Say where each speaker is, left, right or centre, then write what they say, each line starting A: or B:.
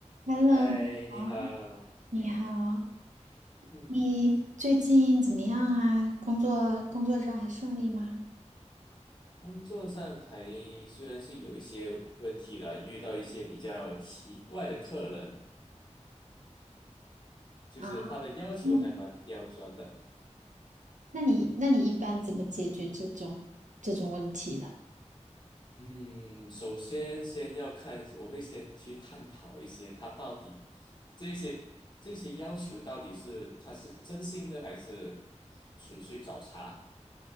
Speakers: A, on the right (about 85°); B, on the left (about 35°).
A: Hello，
B: 嗨，
A: 你好，
B: 你好。
A: 你好
B: 嗯，
A: 你最近怎么样啊？工作工作上还顺利吗？
B: 工作上还虽然是有一些问题了，遇到一些比较奇怪的客人，就是他的要求还蛮刁钻的。
A: 啊，那那你那你一般怎么解决这种这种问题的？
B: 嗯，首先先要看，我会先去探讨一些他到底这些这些要求到底是他是真心的还是纯粹找茬。